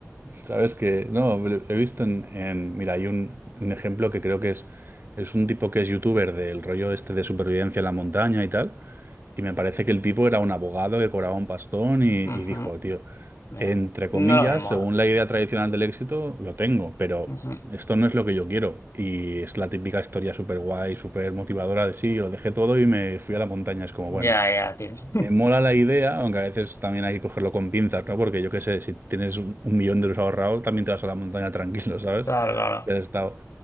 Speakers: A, on the right; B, on the left.
A: Sabes que, no, lo he visto en, en- mira, hay un, un ejemplo que creo que es, es un tipo que es youtuber del rollo este de supervivencia en la montaña y tal. Y me parece que el tipo era un abogado que cobraba un pastón
B: <laughs>
A: y, y
B: Ujú.
A: dijo, tío,
B: Me-
A: entre
B: No
A: comillas,
B: lo me mola.
A: según la idea tradicional del éxito, lo tengo, pero
B: Ujú.
A: esto no es lo que yo quiero. Y es la típica historia súper guay, súper motivadora de sí, lo dejé todo y me fui a la montaña. Es como,
B: Ya,
A: bueno.
B: ya, tío.
A: Me
B: <laughs>
A: mola la idea, aunque a veces también hay que cogerlo con pinzas, ¿no? Porque yo qué sé, si tienes un, un millón de euros ahorrados, también te vas a la montaña tranquilo, ¿sabes?
B: Claro, claro.
A: Si has estado.